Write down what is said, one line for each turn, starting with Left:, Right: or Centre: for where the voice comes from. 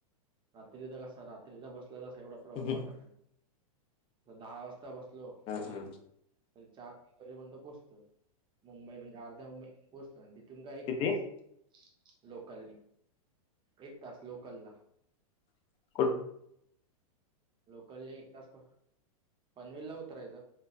Right: रात्रीचा कसा रात्रीचा बसला तसा एवढा. प्रवास
Left: हा
Right: वाटत नाही. दहा वाजता बसलो जरी
Left: हा
Right: चार वाजेपर्यंत पोहचतो. मुंबई म्हणजे अर्ध्या मुंबई पोचत. तिथून काय एक
Left: किती
Right: तास लोकलनी. एक तास लोकल ला.
Left: <unintelligible>
Right: लोकलने एक तास पनवेल ला उतरायच.